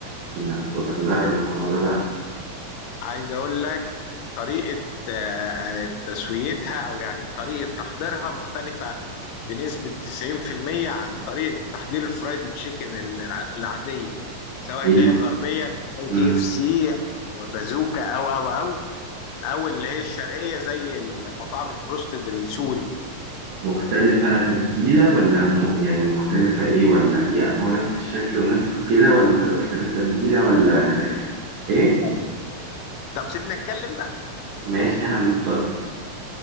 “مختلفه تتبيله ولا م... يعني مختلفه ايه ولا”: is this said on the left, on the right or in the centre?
Right